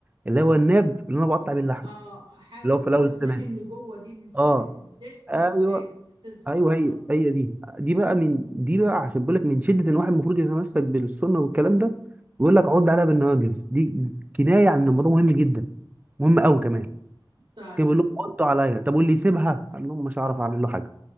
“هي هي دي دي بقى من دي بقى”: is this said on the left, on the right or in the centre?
Right